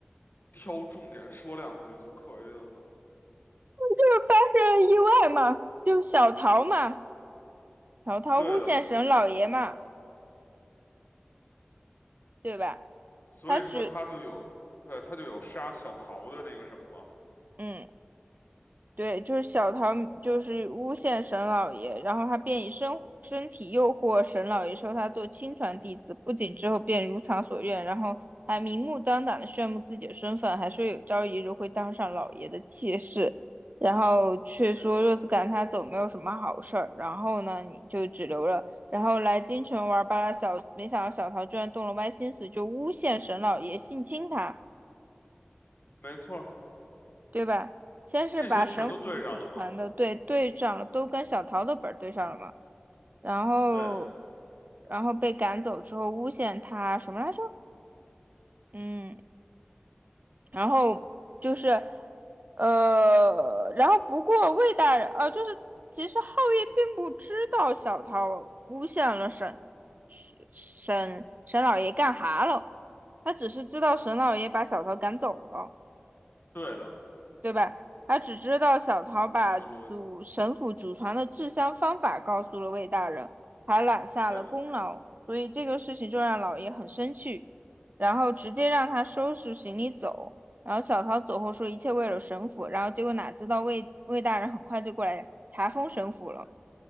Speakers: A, on the left (about 60°); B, on the right (about 45°).
A: 挑重点说两句就可以了？
B: 就是发生了意外嘛，就小桃嘛，小桃诬陷沈老爷嘛，
A: 对的。
B: 对吧？
A: 所以说他就有，
B: 他只
A: 对，他就有杀小桃的那个什么了。
B: 嗯。对，就是小桃，就是诬陷沈老爷，然后他便以身身体诱惑沈老爷收他做亲传弟子，不仅之后便如偿所愿，然后还明目张胆的炫耀自己的身份，还说有朝一日会当上老爷的妾室，然后却说若是赶他走没有什么好事儿，
A: 对的，
B: 然后呢你就只留了，然后来京城玩儿罢了。小没想到小桃居然动了歪心思，就诬陷沈老爷性侵他。
A: 没错，
B: 对吧？先是把神府组团的队队长了，
A: 这些全都对上了吗？
B: 都跟小桃的本儿对上了嘛，然后，
A: 对的，
B: 然后被赶走之后诬陷他什么来着？嗯，然后就是，呃，然后不过魏大人，呃，就是其实皓月并不知道小桃诬陷了沈沈沈老爷干哈了，他只是知道沈老爷把小桃赶走了。
A: 对的，
B: 对吧？他只知道小桃把祖神府祖传的制香方法告诉了魏大人，
A: 这个逻，
B: 还揽下了功劳，
A: 对的，
B: 所以这个事情就让老爷很生气，然后直接让他收拾行李走。然后小桃走后说一切为了神府，然后结果哪知道魏魏大人很快就过来查封神府了。